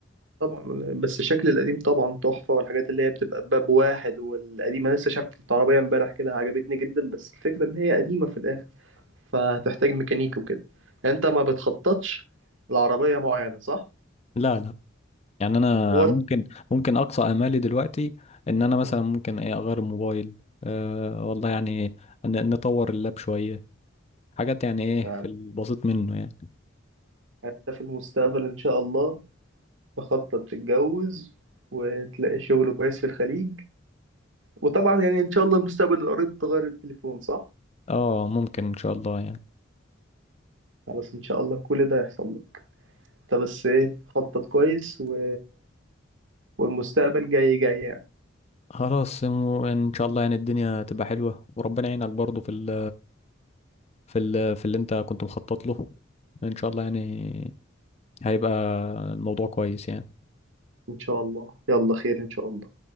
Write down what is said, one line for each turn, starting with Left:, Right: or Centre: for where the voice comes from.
Right: طبعا بس الشكل القديم طبعا تحفه والحاجات اللي هي بتبقى باب واحد والقديمه لسه شفت عربيه امبارح كده عجبتني جدا بس الفكره ان هي قديمه في الاخر فهتحتاج ميكانيكي وكده يعني انت ما بتخططش لعربية معينة صح؟
Left: لا لا يعني انا
Right: ولا
Left: ممكن ممكن اقصى امالي دلوقتي ان انا مثلا
Right: آه،
Left: ممكن ايه اغير الموبايل أه والله يعني ن- نطور اللاب شويه حاجات يعني ايه
Right: يعني
Left: في البسيط منه يعني
Right: انت في المستقبل ان شاء الله تخطط تتجوز وتلاقي شغل كويس في الخليج وطبعا يعني ان شاء الله المستقبل القريب تغير التليفون صح؟
Left: اه ممكن ان شاء الله يعني
Right: خلاص ان شاء الله كل ده يحصل لك انت بس ايه خطط كويس و... والمستقبل جاي جاي يعني
Left: خلاص م- ان شاء الله يعني الدنيا تبقى حلوه وربنا يعينك برضو في ال في ال في اللي انت كنت مخطط له ان شاء الله يعني هيبقى الموضوع كويس يعني
Right: ان شاء الله يلا خير ان شاء الله